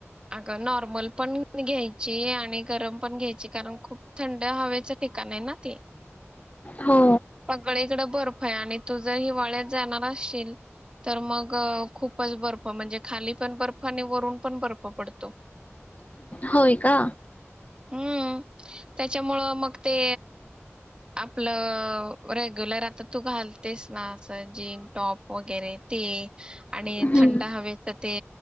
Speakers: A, on the right (about 20°); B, on the left (about 35°).
A: अगं नॉर्मल पण घ्यायची आणि गरम पण घ्यायची कारण खूप थंड हवेचं ठिकाण आहे ना ते
B: हो.
A: पगळे इकडं भर य आणि तू जर हिवाळ्यात जाणार असशल तर मग खूपच बर्फ म्हणजे खाली पण बर्फ आणि वरून पण बर्फ पडतो
B: होय का
A: हम् त्याच्यामुळं मग ते आपलं रेग्युलर आता तू घालतेस ना असं जीन टॉप वगैरे ते आणि
B: हम्म.
A: थंड हवे तर ते